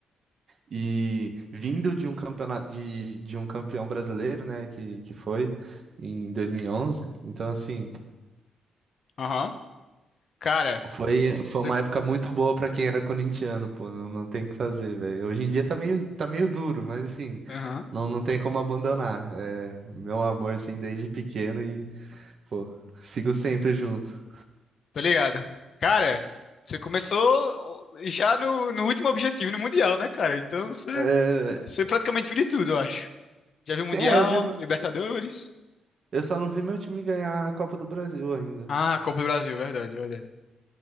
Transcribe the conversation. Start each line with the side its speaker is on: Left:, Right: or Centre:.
Right: e vindo de um campeonato de, de um campeão brasileiro, né? Que, que foi em 2011. Então, assim.
Left: aham. Cara,
Right: Foi,
Left: você...
Right: foi uma época muito boa pra quem era corintiano, pô, não, não tem o que fazer, velho. Hoje em dia tá meio, tá meio duro, mas assim,
Left: Aham,
Right: não, não tem como abandonar. É, meu amor, assim, desde pequeno e, pô, sigo sempre junto.
Left: tô ligado. Cara, você começou já no, no último objetivo, no Mundial, né, cara? Então, você,
Right: É,
Left: você praticamente viu de tudo, eu acho. Já viu
Right: sim,
Left: Mundial,
Right: é, eu vi,
Left: Libertadores...
Right: eu só não vi meu time ganhar a Copa do Brasil ainda.
Left: Ah, Copa do Brasil, verdade, verdade.